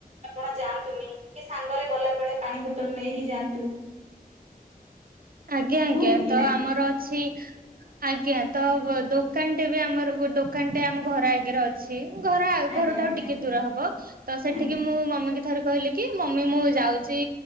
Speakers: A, on the right (about 45°); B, on the right (about 70°).
A: ଆପଣ ଯାଆନ୍ତୁନି କି ସାଙ୍ଗରେ ଗଲା ବେଳେ ପାଣି ବୋତଲ ନେଇକି ଯାଆନ୍ତୁ।
B: ଆଜ୍ଞା ଆଜ୍ଞା
A: କୁହନ୍ତି କି
B: ତ
A: ନାଇଁ
B: ଆମର ଅଛି ଆଜ୍ଞା ତ ବ ଦୋକାନଟେ ବି ଆମର ଦୋକାନଟେ ଆମ ଘର ଆଗରେ ଅ ଛିମ୍ ଘର ଆ
A: ଆଜ୍ଞା
B: ଘର ଠାରୁ
A: ଆଜ୍ଞା
B: ଟିକେ ଦୂର ହବ। ତ ସେଠିକି
A: ଆଜ୍ଞା
B: ମୁଁ ମମି କି ଥରେ କହିଲି କି ମମି ମୁଁ ଯାଉଚି